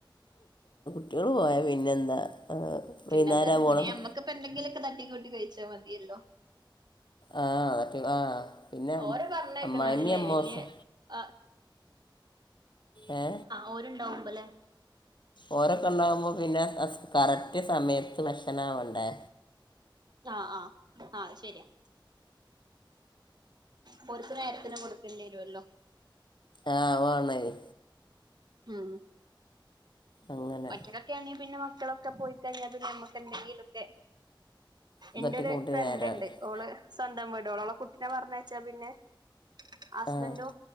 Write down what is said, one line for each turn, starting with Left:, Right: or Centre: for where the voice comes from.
Left: ട്ട്യാള് പോയ പിന്നെന്താ ആ,
Right: പിന്നെ
Left: വൈകുന്നേരം
Right: ന്താണ്
Left: പോണത്
Right: പിന്നെ നമ്മക്ക് ഇപ്പോ എന്തെങ്കിലൊക്കെ ത ട്ടി കൂട്ടി കഴിച്ചാ മതിയല്ലോ
Left: ആ അതൊക്കെ ആ പിന്നെ
Right: ഓര പറഞ്ഞെയ്‌ക്ണാണല്ലേ
Left: അമ്മായിമ്മ അമ്മോസും
Right: വല്യെ അ
Left: ഏ
Right: ഓരുണ്ടാവുമ്പല്ലേ
Left: ഓരൊക്കെ ണ്ടാഉമ്പോ പിന്നെ ആസ് കറക്റ്റ് സമയത്ത് ഭക്ഷണം ആവണ്ടേ
Right: ആ ആ ആഹ് ശരിയാ പൊരുത് നേരത്തിന് കൊടുക്കേണ്ടിരൊല്ലോ
Left: ആവാണേഹ്
Right: ഹും
Left: അങ്ങനെ
Right: ഒറ്റകൊക്കെ ആണെ പിന്നെ മ ക്കളൊക്കെ പോയിക്കഴിഞ്ഞാല് പിന്നെ നമ്മക്കെന്തെങ്കിലുക്കെ
Left: ഇതൊട്ടി
Right: എന്റെ ഒരു
Left: കൂട്ടി
Right: ഫ്രണ്ട്
Left: നേരം
Right: ഉണ്ട് ഓള് സ്വന്തം വ ടോളോളൊ കുട്ടിനെ പർഞ്ഞയച്ചാ പിന്നെ ഹസ്ബൻഡും
Left: ആഹ്